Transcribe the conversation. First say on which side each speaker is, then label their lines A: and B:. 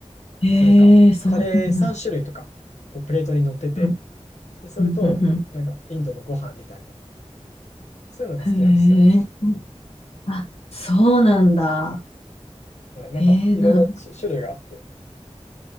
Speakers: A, on the left (about 60°); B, on the left (about 85°).
A: ええそうなんだ。
B: なんかカレー3種類とか、こうプレートに乗ってて、
A: うん、
B: で、それと、
A: うん、うん、
B: なんかインドのご飯みたいな、そういうのが好きなんですよね。
A: うん。へえ。あ、そうなんだ。
B: はいなんかいろいろ種種類があって。
A: ええなんか、